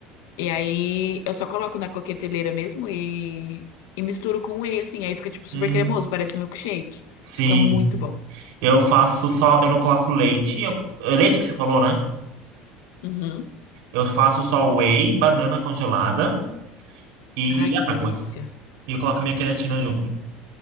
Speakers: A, on the left; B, on the right.
A: E aí eu só coloco na coqueteleira mesmo e, e misturo com whey, assim. Aí fica, tipo, super
B: Hum,
A: cremoso, parece um milkshake.
B: sim.
A: Fica muito bom.
B: Eu faço só, eu não coloco leite. Eu, é leite que você falou, né?
A: Uhum.
B: Eu faço só whey, banana congelada e
A: Ai, que
B: água.
A: delícia.
B: E eu coloco minha creatina junto.